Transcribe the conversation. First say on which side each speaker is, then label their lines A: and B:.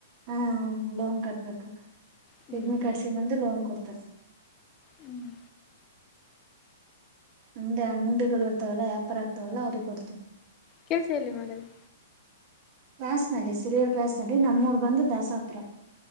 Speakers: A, on the right; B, on the left.
A: ಹ್ಮ ಲೋನ್ ಕಟ್ಬೇಕ ಕ
B: ಹ್ಮ್
A: ಪಗ್ನಿ ಕಡ್ಸ ಬಂದು ಲೋನ್ ಕೊಡ್ತಾರ.
B: ಹ್ಮ್
A: ಮುಂದೆ ಅಂಗ್ಡಿಗಳು ಇರ್ತವಲ್ಲ ವ್ಯಾಪಾರ ಆಗ್ತವಲ್ಲ ಅವ್ರಿಗೆ ಕೊಡ್ತವಿ.
B: ಕೆಲ್ಸ ಎಲ್ಲಿ ಮಾಡದು.
A: ಕ್ಲಾಸ್ ನಲ್ಲಿ ಸಿರಿಯ ಕ್ಲಾಸ್ ನಲ್ಲಿ ನಮ್ಮೂರ್ ಬಂದು ದಾಸಾತ್ರ